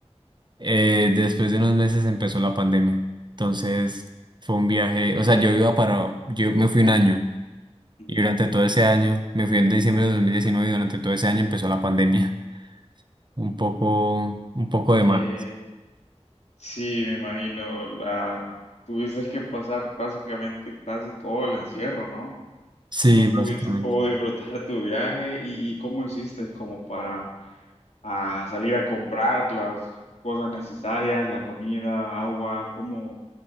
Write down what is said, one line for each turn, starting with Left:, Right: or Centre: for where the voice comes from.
Right: Eh, después de unos meses empezó la pandemia. Entonces fue un viaje, o sea, yo iba para, yo me fui un año
Left: Ujú.
Right: y durante todo ese año, me fui en diciembre de 2019 y durante todo ese año empezó la pandemia. <laughs> Un poco, un poco
Left: Eh,
Right: de mal.
Left: sí, me imagino, la tuviste que pasar básicamente casi todo el encierro, ¿no?
Right: Sí,
Left: No pudiste
Right: básicamente.
Left: como disfrutar tu viaje y, y cómo hiciste como para ah, salir a comprar las cosas necesarias, la comida, agua, ¿cómo,